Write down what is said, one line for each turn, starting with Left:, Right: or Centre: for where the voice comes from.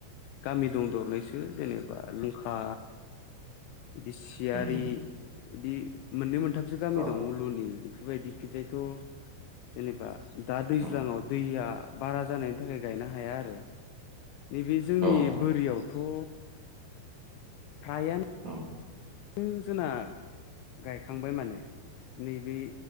Left: गामि दं दरनैसो जेनेबा लुंखा इदि सियारि
Right: उम
Left: इदि मोननै मोनथामसो गामि
Right: औ
Left: दं उलुनि बेफोरबायदिखिजायथ' जेनेबा दा दै
Right: औ
Left: ज्लाङाव दैया बारा जानायनि थाखाय गायनो हाया आरो नैबे जोंनि
Right: औ
Left: बोरियाव थ' फ्राया
Right: औ
Left: नो जोंना गायखांबाय माने नैबे